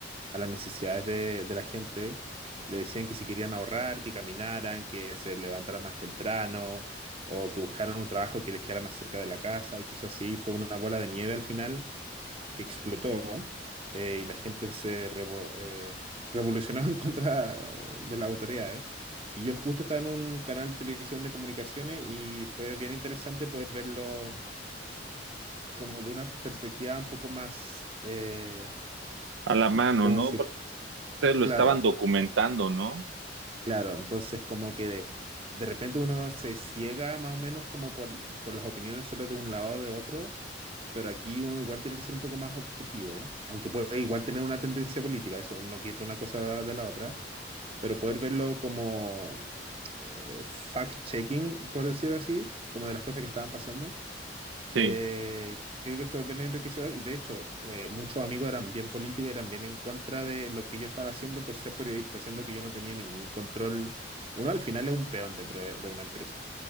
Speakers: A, on the right; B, on the right.
A: a las necesidades de, de la gente. Le decían que si querían ahorrar, que caminaran, que se levantaran más temprano o que buscaran un trabajo que les quedara más cerca de la casa y cosas así. Fue una bola de nieve al final que explotó eh, y la gente se revo- eh, revolucionó <laughs> en contra de las autoridades. Y yo justo estaba en un canal de televisión de comunicaciones y fue bien interesante poder verlo como de una perspectiva un poco más, eh,
B: A la mano,
A: ¿cómo
B: ¿no?
A: decir?
B: Porque ustedes lo
A: Claro.
B: estaban documentando, ¿no?
A: Claro, entonces como que de, de repente uno se ciega más o menos como por, por las opiniones solo de un lado o de otro, pero aquí uno igual tiene que ser un poco más objetivo, aunque puede igual tener una tendencia política, eso no quita una cosa de la otra, pero poder verlo como eh, fact-checking, por decir así, como de las cosas que estaban pasando,
B: Sí.
A: eh, creo que fue bien enriquecedor y de hecho eh, muchos amigos eran bien políticos, eran bien en contra de lo que yo estaba haciendo por ser periodista, siendo que yo no tenía ningún control. Uno al final es un peón dentro de, de una empresa.